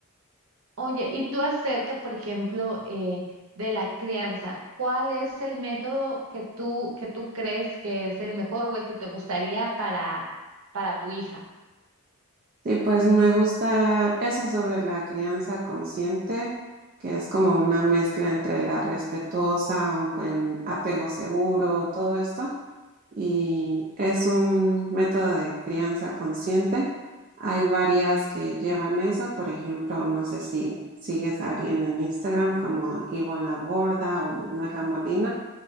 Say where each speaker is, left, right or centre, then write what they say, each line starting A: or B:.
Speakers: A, on the right (about 70°); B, on the right (about 40°).
A: Oye, y tú acerca, por ejemplo, eh, de la crianza, ¿cuál es el método que tú, que tú crees que es el mejor o el que te gustaría para, para tu hija?
B: Sí, pues me gusta eso sobre la crianza consciente, que es como una mezcla entre la respetuosa, un buen apego seguro, todo esto. Y es un método de crianza consciente. Hay varias que llevan eso, por ejemplo, no sé si sigues a alguien en Instagram como Ivonne Laborda o Manuela Molina